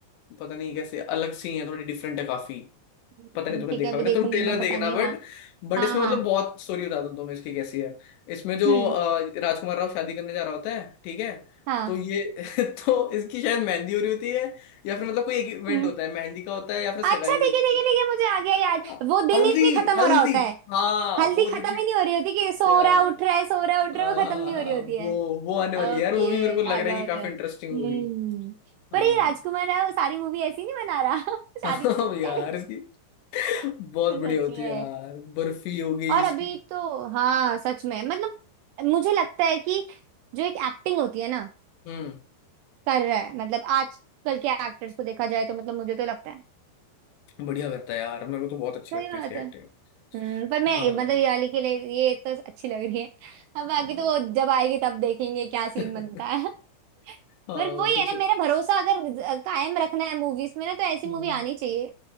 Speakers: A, on the left (about 75°); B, on the right (about 85°).
A: पता नहीं कैसे अलग सी हैं थोड़ी डिफरेंट है काफी
B: हम्म,
A: पता नहीं तुमने
B: ठीक
A: देखा
B: है अभी
A: होगा
B: देखूंगी
A: ना तुम ट्रेलर
B: मैं पता
A: देखना
B: नहीं
A: बट
B: हाँ
A: बट
B: हाँ
A: इसमें
B: हाँ
A: मतलब बहुत स्टोरी बताता हूँ तुम्हें इसकी कैसी है इसमें जो
B: हम्म
A: अ, राजकुमार राव शादी करने जा रहा होता है ठीक है
B: हाँ
A: तो ये <laughs> तो इसकी शायद मेहंदी हो रही होती है या फिर मतलब कोई एक इवेंट
B: हम्म
A: होता है मेहंदी का होता है या फिर सगाई
B: अच्छा
A: हो
B: ठीक
A: रही
B: है
A: होती
B: ठीक
A: है
B: है ठीक है मुझे आ गया याद
A: देखा?
B: वो दिन
A: हल्दी
B: ही नहीं खत्म
A: हल्दी
B: हो रहा होता है
A: हाँ
B: हल्दी
A: वो रिपीट
B: खत्म ही नहीं हो रही होती
A: किया
B: कि सो रहा
A: है
B: है, उठ रहा है सो रहा है, उठ
A: हाँ
B: रहा है वो खत्म
A: हाँ
B: नहीं
A: हाँ,
B: हो रही होती
A: वो
B: है
A: वो आने वाली है
B: ओके
A: यार वो भी मेरे को लग
B: आ
A: रहा
B: गया
A: है कि
B: मुझे
A: काफी
B: हम्म
A: इंटरेस्टिंग होगी हाँ
B: पर ये राजकुमार राव सारी मूवी ऐसी नहीं बना रहा <laughs>
A: हाँ
B: शादी शादी
A: यार इसकी बहुत
B: सच
A: बढ़िया होती
B: में
A: है यार बर्फी हो गई
B: और
A: इसकी
B: अभी तो हाँ सच में मतलब मुझे लगता है कि जो एक एक्टिंग होती है ना
A: हम्म
B: कर रहा है मतलब आजकल के एक्टर्स को देखा जाए तो मतलब मुझे तो लगता है
A: बढ़िया करता है यार मेरे को तो बहुत अच्छी
B: सही
A: लगती
B: बात
A: है इसकी एक्टिंग
B: है हम्म पर मैं
A: हाँ
B: मतलब ये वाली के लिए ये तो अच्छी लग रही है अब बाकी
A: हाँ
B: तो वो जब आएगी तब देखेंगे क्या
A: <laughs>
B: सीन बनता है <laughs>
A: हाँ,
B: पर
A: वो
B: वही
A: तो
B: है
A: चल
B: ना मेरा भरोसा अगर ज- कायम रखना है मूवीज में ना तो ऐसी
A: हम्म।
B: मूवी आनी चाहिए